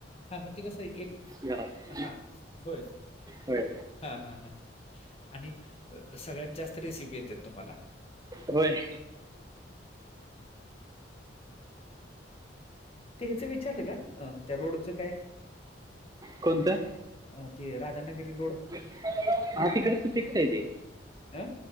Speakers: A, on the left; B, on the right.
A: हा मग ते कसं एक
B: घरात
A: हा होय
B: होय
A: हा हा हा.. आणि सगळ्यात जास्त रेसिपी येते तुम्हाला.
B: होय.
A: ते हच विचारलं का त्या रोडचं काय.
B: कोणतं.
A: अ ते राधानगरी रोड.
B: हा तिकडच फिक्स आहे ते
A: अ,